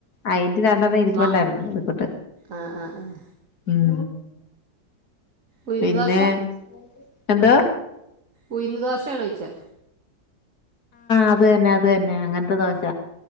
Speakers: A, on the left; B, on the right.
A: അയിന്റെ രണ്ടെണ്ണം ഇരിപ്പുണ്ടായിരുന്നു
B: മാ
A: അതിക്കൊട്ട്
B: ആഹ് ആഹ് ആഹ്
A: ഉം
B: ഉഴുന്ന്
A: പിന്നെ
B: ദോശ
A: എന്താ
B: ഉഴുന്ന് ദോശയാണൊഴിച്ചെ
A: അതുതന്നെ അത് തന്നെ അങ്ങനത്തെ ദോശ